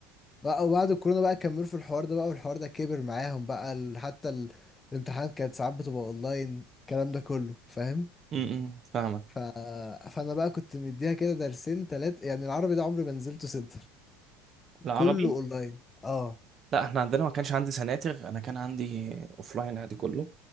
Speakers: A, on the left; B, on the right.
A: بقى وبعد الكورونا بقى كملوا في الحوار ده بقى والحوار ده كبر معاهم بقى ال- حتى ال... الامتحانات كانت ساعات بتبقى اونلاين الكلام ده كله فاهم
B: امم فاهمك
A: ف... فانا بقى كنت مديها كده درسين تلات يعني العربي ده عمري ما نزلته سنتر <laughs>
B: العربي
A: كله اونلاين اه
B: لا احنا عندنا ما كانش عندي سناتر انا كان عندي اوفلاين عادي كله